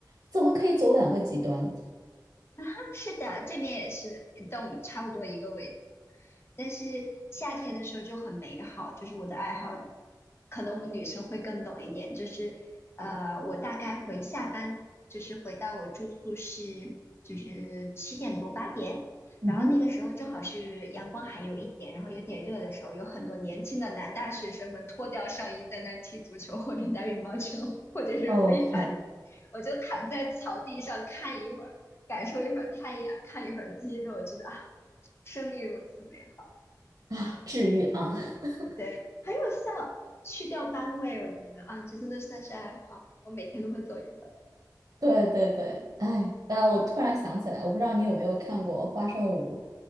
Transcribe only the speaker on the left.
<laughs> 是的，这边也是，但我们差不多一个纬度。但是夏天的时候就很美好，就是我的爱好，可能我们女生会更懂一点。就是呃，我大概回下班，就是回到我住宿是就是七点多八点，
然后那个时候正好是阳光还有一点，然后有点热的时候，有很多年轻的男大学生们脱掉上衣在那踢足球或者打羽毛球或者是飞盘，
我就躺在草地上看一会儿。感受一会儿太阳，看一会儿鸡肉，觉得啊，生命如此美好。
对，很有效，去掉班味，我觉得啊，这真的算是爱好，我每天都会走一会儿。